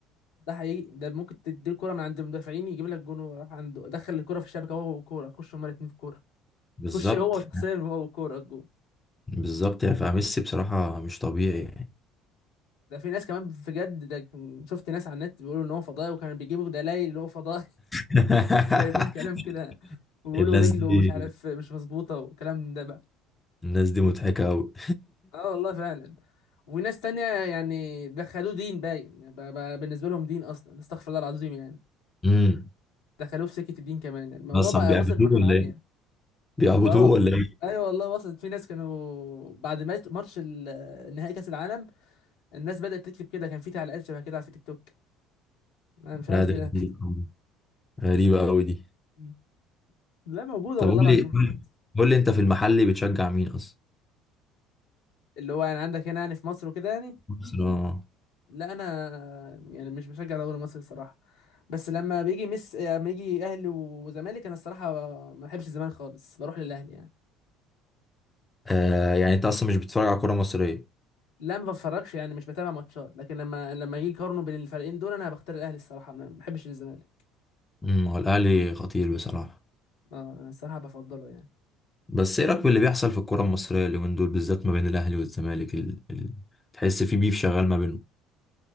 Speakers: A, on the left; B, on the left.
A: ده حقيقي ده ممكن تدي الكرة من عند المدافعين يجيب لك جون وراح عنده دخل الكرة في الشبكة هو والكورة خش هما الاتنين في الكورة
B: بالظبط
A: خش هو شخصيا هو والكورة الجون
B: بالظبط يعني فميسي بصراحة مش طبيعي يعني
A: ده في ناس كمان بجد ده كان- شفت ناس على النت بيقولوا ان هو فضائي وكانوا بيجيبوا دلائل ان هو فضائي
B: <laughs>
A: <laughs> جايبين كلام كده وبيقولوا
B: الناس
A: رجله
B: دي
A: مش عارف مش مظبوطة والكلام ده بقى
B: الناس دي مضحكة أوي
A: اه والله فعلا وناس تانية يعني دخلوه دين باين بقى بقى بالنسبة لهم دين اصلا استغفر الله العظيم يعني
B: <laughs> امم
A: دخلوه في سكة الدين كمان يعني الموضوع
B: أصلا
A: بقى
B: بيعبدوه
A: وصل لمرحلة
B: ولا
A: عالية
B: إيه؟ بيعبدوه
A: اه
B: ولا إيه؟
A: ايوه والله وصلت في ناس كانوا بعد مات- ماتش ال- نهائي كاس العالم الناس بدات تكتب كده كان في تعليقات شبه كده على في تيك توك انا مش عارف
B: لا ده
A: ايه ده
B: غريب أوي. غريبة أوي دي
A: مم. لا موجوده
B: طب
A: والله
B: قول
A: العظيم
B: لي
A: موجوده
B: قول لي أنت في المحل بتشجع مين أصلا؟
A: اللي هو يعني عندك هنا يعني في مصر وكده يعني
B: برشلونة
A: لا انا يعني مش بشجع دوري مصر الصراحه بس لما بيجي مس لما يجي اهلي وزمالك انا الصراحه ما بحبش الزمالك خالص بروح للاهلي يعني
B: آه يعني أنت أصلا مش بتتفرج على كورة مصرية
A: لا ما بتفرجش يعني مش بتابع ماتشات لكن لما لما يجي يقارنوا بين الفريقين دول انا بختار الاهلي الصراحه انا ما بحبش الزمالك
B: امم هو الاهلي خطير بصراحه
A: اه انا الصراحه بفضله يعني
B: بس ايه رايك باللي بيحصل في الكره المصريه اليومين دول بالذات ما بين الاهلي والزمالك ال... ال... تحس في بيف شغال ما بينهم